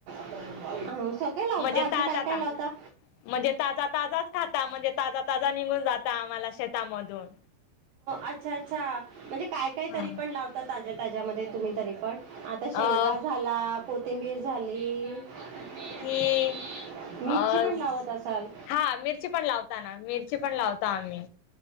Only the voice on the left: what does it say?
म्हणजे
ताजा
ता
म्हणजे ताजा ताजाच खाता म्हणजे ताजा ताजा निघून जाता आम्हाला शेतामधून
हा
अ
कि
आज
हा मिरची पण लावता ना मिरची पण लावतो आम्ही